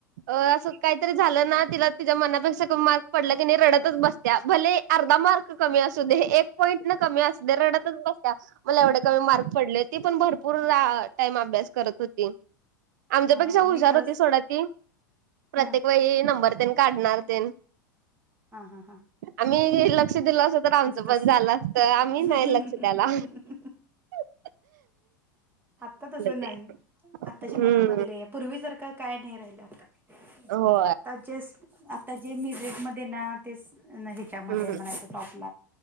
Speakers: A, on the right (about 60°); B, on the right (about 20°).
A: अ असं काहीतरी झालं ना, तिला तिच्या मनापेक्षा कमी मार्क पडला की नाही, रडतच बसत्या भले अर्धा मार्क कमी असू दे एक पॉईंट न कमी असू द्या रडतच बस्त्या मला एवढे कमी मार्क पडले. ती पण भरपूर रा टाईम अभ्यास करत होती. आमच्यापेक्षा
B: हा नाही
A: हुशार
B: खरंच
A: होती सोडा, ती प्रत्येक
B: हा
A: वेळी नंबर तेन काढणार तेन
B: हा हा हां.
A: आम्ही लक्ष दिलो असत तर, आमचं
B: तसच
A: पण झालं असत आम्ही नाही लक्ष द्यायला. हो
B: आत्ता तसं नाही
A: ते
B: आताच्या
A: हम्म
B: मुलांमध्ये ल आहे पूर्वी जर का काय नाही राहिलं आता
A: हो
B: आता आता जे म्युझिक मध्ये ना ते ह्याच्यामध्ये
A: हम्म
B: म्हणायच टॉप